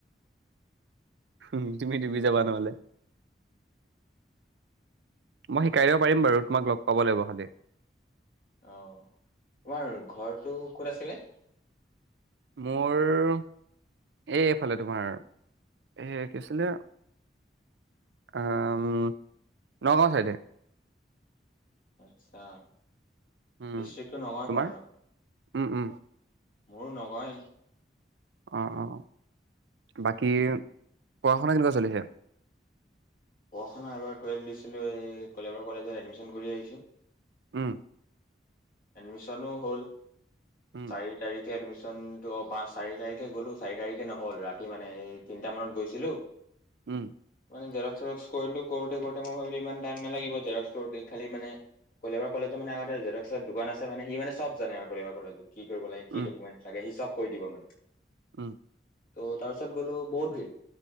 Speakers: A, on the right; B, on the left.
A: হোম তুমি ডুবি যাবা নহ'লে মই শিকাই দিব পাৰিম বাৰু তোমাক লগ পাব লাগিব খালি
B: অ তোমাৰ ঘৰটো ক'ত আছিলে
A: মোৰ এই এইফালে তোমাৰ এই কি আছিলে আ উম নগাঁও চাইডে
B: আচ্ছা
A: উম
B: ডিষ্ট্ৰিক্টো নগাঁও
A: তোমাৰ
B: পৰে ন
A: উম উম
B: মোৰো নগাঁৱে
A: অ অ বাকী পঢ়া শুনা কেনেকুৱা চলিছে
B: পঢ়া শুনা এইবাৰ টুৱেল্ভ দিছিলোঁ এই কলেবাৰ কলেজত এডমিচন কৰি আহিছোঁ
A: উম
B: এডমিচনো হ'ল
A: উম
B: চাৰি তাৰিখে এডমিচন এদমিচনটো পাঁচ চাৰি তাৰিখে গ'লো চাৰি তাৰিখে নহ'ল ৰাতি মানে তিনিটা মানত গৈছিলো
A: উম
B: আমি জেৰক্স চেৰক্স কৰিলোঁ কৰোতে কৰোতে মই ভাবিলো ইমান টাইম নেলাগিব জেৰক্স কৰোঁতে খালি মানে কলেবাৰ কলেজৰ মানে আগতে জেৰক্স জেৰক্সৰ দোকান আছে মানে সি মানে চব জানে আৰু কলেবাৰ কলেজৰ কি কৰিব লাগ
A: উম
B: কি ডকমেণটচ লাগে সি চব কৈ দিব মানে
A: উম
B: ত' তাৰপিছত গ'লো বহুত ভি়ৰ।